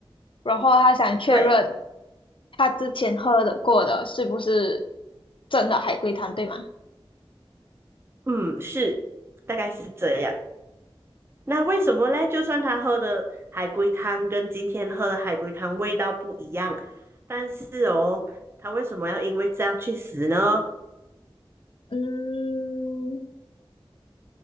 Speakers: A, on the left (about 60°); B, on the right (about 25°).
A: 然后他想确认
B: 对，
A: 他之前喝的过的是不是真的海龟汤，对吗？
B: 嗯，是，大概是这样。那为什么嘞？就算他喝的海龟汤跟今天喝的海龟汤味道不一样，但是哦，他为什么要因为这样去死呢？
A: 嗯，